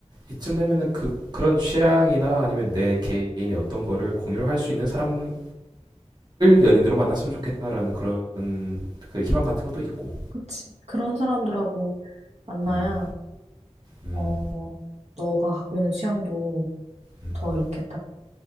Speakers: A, on the right (about 40°); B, on the right (about 75°).
A: 이쯤 되면은 그 그런 취향이나 아니면 내 개인의 어떤 거를 공유를 할 수 있는 사람을 연인으로 만났으면 좋겠다라는 그런 그 희망 같은 것도 있고.
B: 그치. 그런 사람들하고 만나야
A: 음, 음,
B: 어 너가 갖고 있는 취향도
A: 음,
B: 더 이렇게 딱